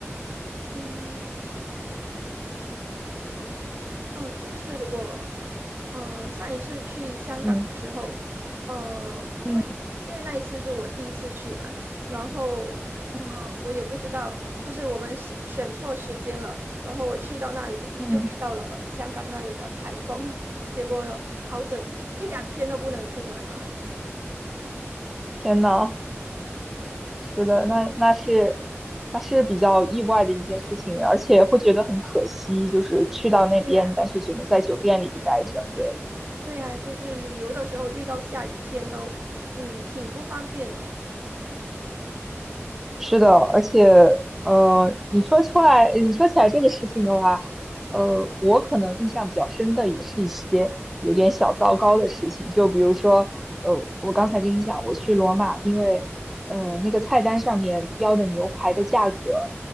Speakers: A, on the right; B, in the centre.
A: 嗯。哦，就是我，呃，上一次去香港的时候，
B: 嗯
A: 呃，
B: 嗯
A: 因为因为那一次是我第一次去嘛，然后，
B: 嗯
A: 呃，我也不知道，就是我们选选错时间了，然后我去到那里就遇到了香港那里的台风，
B: 嗯，
A: <laughs> 结果好整一两天都不能出门了。
B: 天呐！是的，那那是那是比较意外的一件事情，而且会觉得很可惜，就是去到那边，
A: <laughs> 对呀，
B: 但是只能在酒店里待着，对。
A: 对呀，就是旅游的时候遇到下雨天都，嗯，挺不方便的。
B: 是的，而且呃，你说出来，你说起来这个事情的话，呃，我可能印象比较深的也是一些有点小糟糕的事情，就比如说，呃，我刚才跟你讲，我去罗马，因为，呃，那个菜单上面标的牛排的价格，